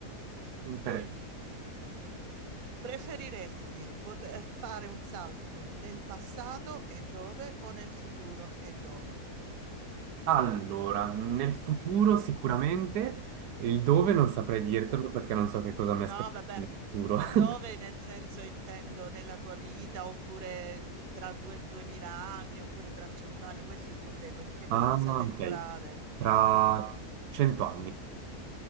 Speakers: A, on the right; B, on the right.
A: inter-
B: Tu im- preferiresti poter fare un salto nel passato e dove o nel futuro e dove?
A: Allora, nel futuro sicuramente, il dove non saprei dirtelo perché non so che cosa mi
B: No,
A: aspetta
B: vabbè,
A: nel futuro.
B: dove
A: <laughs>
B: nel senso intendo nella tua vita oppure tra due, 2000 anni oppure tra 100 anni, questo intendevo, in che
A: Ah,
B: pausa
A: ok.
B: temporale.
A: Tra cento anni.